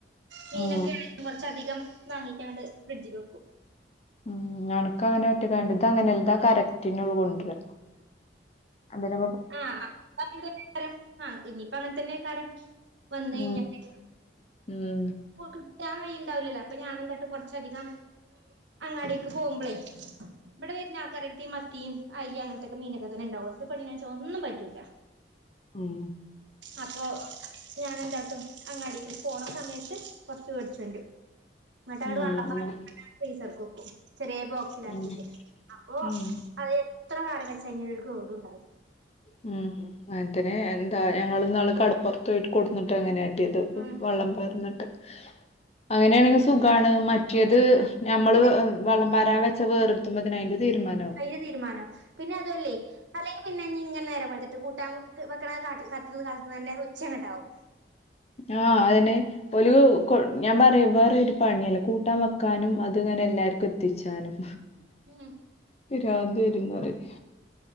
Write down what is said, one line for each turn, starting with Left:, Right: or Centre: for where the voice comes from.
Right: മീനൊക്കെ
Left: ഉം
Right: കൊറച്ചധികം വാങ്ങിട്ടങ്ങണ്ട് ഫ്രിഡ്ജിക്ക് വെക്കും
Left: ഉം അണ്ക്കങ്ങനെങ്ങട്ട് ഒറ്റകാണ്ട് ഇതങ്ങനല്ല ഇതാകറക്റ്റിനോൾ കൊ ണ്ട്രാ അതിന
Right: ആഹ് ആഹ് <unintelligible> ആഹ് ഇനിയിപ്പങ്ങനെ തന്നെകാരം വന്ന് കഴിഞ്ഞാല്
Left: ഉം ഉം
Right: പ്പോ കിട്ടാൻ വയിണ്ടാവില്ലല്ലോ അപ്പൊ ഞാനെന്താട്ടും കൊറച്ചധികം അങ്ങാടിക്ക് പോമ്പളേ ബടെ വരുന്ന ആൾക്കാരട്ത്ത് ഈ മത്തിയും അയലിം അങ്ങനത്തെക്കെ മീനൊക്കെ തന്നെണ്ടാവുള്ളൂ ഇ പെണ്ണിനേച്ച ഒന്നും പറ്റൂല്ല
Left: ഉം
Right: അപ്പൊ ഞാനെന്താട്ടും അങ്ങാടിക്കുടി പോണ സമയത്ത് കൊറച്ച് മേടിച്ചോണ്ട്രും ന്നിട്ടങ്ങട്ട്
Left: ഉം
Right: വള്ളംപാർന്നിട്ട്
Left: ഉം
Right: ഫ്രീസർ ക്ക് വെക്കും ചെറിയ ബോക്സിലാക്കീട്ട്
Left: ഉം
Right: അപ്പോ
Left: ഉം
Right: അത് എത്ര കാലം വെച്ചയിഞ്ഞാലും കേടും ഉണ്ടാവില്ല
Left: ഉം അങ്ങൻത്തനെ എന്താ ഞങ്ങൾന്നാള് കടപ്പുറത്ത്പോയിട്ട് കൊട്ന്നിട്ട് അങ്ങനെ ട്ടിയത്
Right: ഉം
Left: വള്ളംപാർന്നിട്ട് അങ്ങനേണെങ്കി സുഖാണ് മറ്റേത് ഞമ്മള്
Right: ഇത്
Left: വള്ളം പാരാതെ വെച്ച് വേർത്തുമ്പോതിന് അതിന്റെ തീരുമാനവും
Right: അയ്ന് തീരുമാനാവും പിന്നെ അതുല്ലേയ് അല്ലെങ്കി പിന്നെ ഇഞ്ഞി ഇങ്ങനെ നേരം വെള്ത്തിട്ട് കൂട്ടാ വെക്ക് വെക്ക്ണെ കാട്ട് കാത്തുന്ന് കാത്തുന്ന് ന്നെ ഉച്ചങ്ങട്ടാകും
Left: ആഹ് അതെന്നെ ഓല് കൊൺ ഞാൻ പറയും വേറെരു പണീല്ലാ കൂട്ടാൻ വെക്കാനും അത്ങ്ങനെ എല്ലാർക്കും എത്തിച്ചാനും
Right: ഉം
Left: പിരാന്ത് വരുംന്നറിം